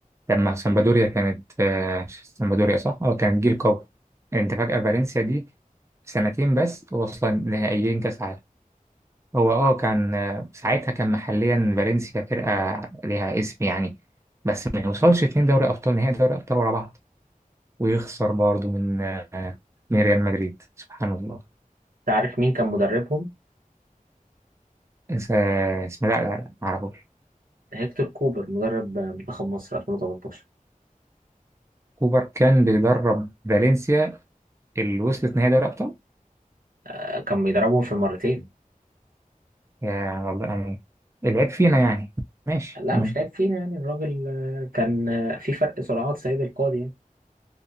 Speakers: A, on the right; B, on the right.
A: لما سامبادوريا كانت آه، سامبادوريا صح اه كانت جيل قوي يعني انت فجاه فالنسيا دي سنتين بس واصلا نهائيين كاس عالم هو اه كان آه، ساعتها كان محليا فالنسيا فرقة ليها اسم يعني بس ما يوصلش اتنين دوري أبطال نهائي دوري أبطال ورا بعض ويخسر برضه من آه، من ريال مدريد سبحان الله
B: تعرف مين كان مدربهم
A: اس- آه، اسمه لا لا معرفوش
B: هيكتور كوبر مدرب آه، منتخب مصر 2018
A: كوبر كان بيدرب فالنسيا اللي وصلت نهائي دوري أبطال
B: آه، كان بيدربهم في المرتين
A: يا والله يعني العيب فينا يعني ماشي
B: لا
A: تمام
B: مش لعيب فينا يعني الراجل آه، كان آه، في فرق سرعات سيد القاضي يعني